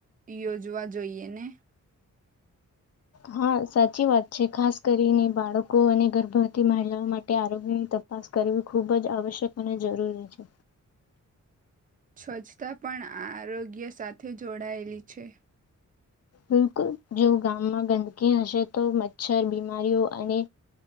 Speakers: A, on the right; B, on the left.
A: યોજવા જોઈએ ને
B: હા સાચી વાત છે ખાસ કરીને બાળકો અને ગર્ભવતી મહિલાઓ માટે આરોગ્યની તપાસ કરવી ખૂબ જ આવશ્યક અને જરૂરી છે
A: સ્વચ્છતા પણ આ આરોગ્ય સાથે જોડાયેલી છે
B: બિલકુલ જો ગામમાં ગંદકી હશે તો મચ્છર બીમારીઓ અને